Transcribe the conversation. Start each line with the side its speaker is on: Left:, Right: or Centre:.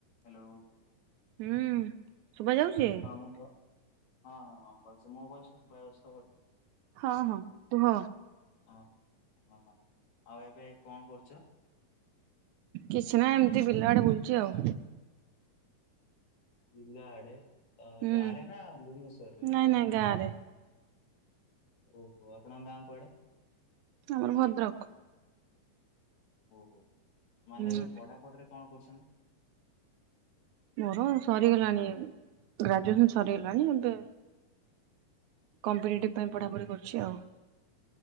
Left: Hello.
Right: ହୁଁ ଶୁଭ ଯାଉଛି?
Left: ହଁ ହଁଁ ଭଲସେ ମ ଭଏସ୍ ଶୁବା ଯାଉ
Right: ହଁ ହଁ କୁହ।
Left: ହଁ ହଁ ହଁ ଆଉ ଏବେ କଣ କରୁଚ?
Right: କିଛି ନାଇଁ ଏମିତି ବିଲ ଆଡେ ବୁଲୁଛି ଆଉ।
Left: ବିଲ ଆଡେ ଅ
Right: ହୁଁ
Left: ଗାଁ ରେ ନା ଭୁବନେଶ୍ଵରରେ?
Right: ନାଇଁ ନାଇଁ ଗାଁ ରେ।
Left: ଓହୋ ଆପଣଙ୍କ ଗାଁ କୁଆଡେ।
Right: ଆମର ଭଦ୍ରକ।
Left: ଓହୋ ହୋ ମାନେ
Right: ହୁଁ
Left: ଏବେ ପଢାପଢିରେ କଣ କରୁଛନ୍ତି?
Right: ମୋର ସରିଗଲାଣି ଗ୍ରାଜୁଏସନ ସରିଗଲାଣି ଏବେ। କମ୍ପିଟେଟିଭ ପାଇଁ ପଢାପଢି
Left: ଓହୋ
Right: କରୁଛି ଆଉ।